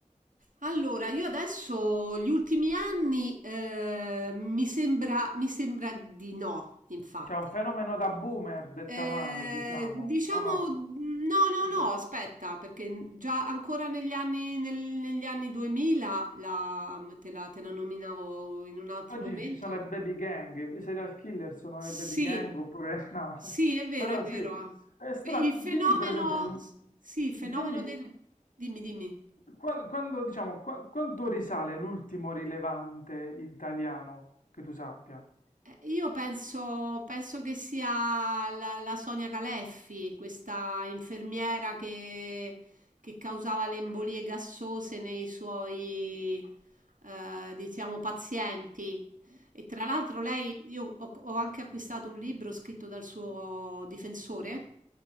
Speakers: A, on the right; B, on the left.
A: Allora, io adesso gli ultimi anni eh, mi sembra, mi sembra di no, infatti.
B: C'è un fenomeno da boomer, detta
A: Eh,
B: male, diciamo,
A: diciamo
B: o
A: no, no,
B: no?
A: no, aspetta, perché già ancora negli anni, nel- negli anni 2000 la- te la, te la nominavo in un altro
B: Oggi
A: momento.
B: ci sono le baby gang, i serial killer sono
A: Sì,
B: le baby gang oppure <laughs> no,
A: sì, è vero,
B: però
A: è vero.
B: sì, è stra...
A: Beh, Il fenomeno,
B: dimmi per esempio, l'u-
A: sì, il fenomeno
B: dimmi
A: del... Dimmi, dimmi.
B: qua- quando, diciamo, qua- quanto risale l'ultimo rilevante italiano che tu sappia?
A: Eh, Io penso, penso che sia la, la Sonia Caleffi, questa infermiera che, che causava le embolie gassose nei suoi, eh, diciamo, pazienti. E tra l'altro lei, io ho, ho anche acquistato un libro scritto dal suo difensore